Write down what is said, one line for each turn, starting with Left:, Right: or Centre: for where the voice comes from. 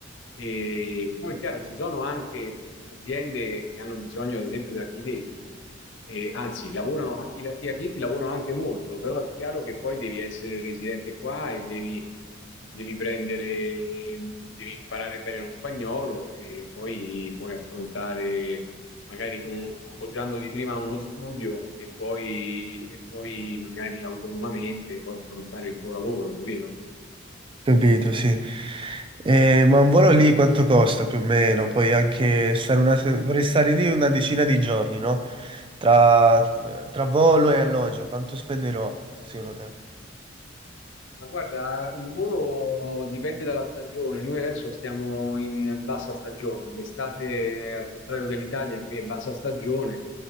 Left: E poi, chiaro, ci sono anche aziende che hanno bisogno, ad esempio, di architetti. E anzi, lavorano, i la- gli architetti lavorano anche molto, però è chiaro che poi devi essere residente qua e devi, devi prendere, devi imparare bene lo spagnolo e poi puoi affrontare, magari con uno- appoggiandoti prima a uno studio e poi, e poi magari autonomamente puoi affrontare il tuo lavoro, capito?
Right: Capito, sì. Eh, ma un volo lì quanto costa più o meno? Poi anche stare una, se- vorrei stare lì una decina di giorni, no? Tra, tra volo e alloggio, quanto spenderò, secondo te?
Left: Ma guarda, il volo dipende dalla stagione. Noi adesso stiamo in bassa stagione. L'estate, al contrario dell'Italia, qui è bassa stagione.